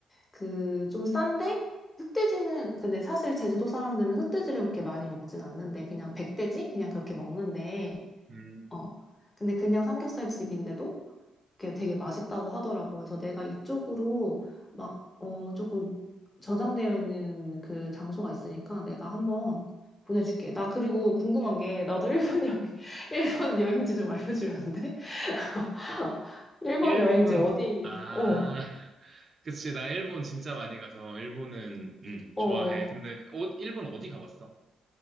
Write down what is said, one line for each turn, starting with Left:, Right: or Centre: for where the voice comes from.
Left: 그 좀 싼데 흑돼지는 근데 사실 제주도 사람들은 흑돼지를 그렇게 많이 먹진 않는데 그냥 백돼지 그냥 그렇게 먹는데
Right: 음,
Left: 어 근데 그냥 삼겹살 집인데도 그게 되게 맛있다고 하더라고 그래서 내가 이쪽으로 막 어 조금 저장되어 있는 그 장소가 있으니까 내가 한번 보내줄게 나 그리고 궁금한 게 나도 일본 여행 <laughs> 일본 여행지 좀 알려주면 안 돼? <laughs> 일본
Right: 일본,
Left: 여행지 어디
Right: 아.
Left: 어
Right: 그치, 나 일본 진짜 많이 가서, 일본은, 음,
Left: 어,
Right: 좋아해. 근데, 어, 일본 어디 가봤어?